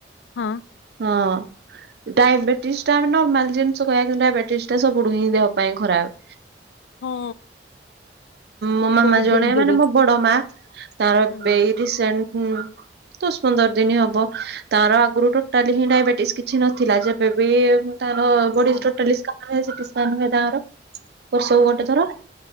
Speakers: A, on the left; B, on the right.
A: ହଁ।
B: ହଁ। ଡାଇବେଟିସ୍ ଟା ଆମେ ନର୍ମାଲ ଜିନିଷ କହିବା କିନ୍ତୁ ଡାଇବେଟିସ୍ ଟା ସବୁ ହିଁ ଦେହ ପାଇଁ ଖରାପ୍।
A: ହଁ।
B: ମୋ ମାମା
A: ବହୁତ
B: ଜଣେ
A: ଡେଞ୍ଜରିୟସ୍।
B: ମାନେ ମୋ ବଡ ମା ତାର ଏବେ
A: ହୁଁ
B: ଏଇ ରିସେଣ୍ଟ ଦଶ ପନ୍ଦର ଦିନ୍ ହବ ତାର ଆଗରୁ ଟୋଟାଲି ହିଁ ଡାଇବେଟିସ୍ କିଛି ନଥିଲା। ଯେବେବି ତାର ବଡି
A: ହଁ
B: ଟୋଟାଲି ସ୍କାନ ହୁଏ ସିଟି ସ୍କାନ ହୁଏ ତାଙ୍କର। ବର୍ଷ
A: ହୁଁ
B: କୁ ଗୋଟେ
A: ହୁଁ
B: ଥର।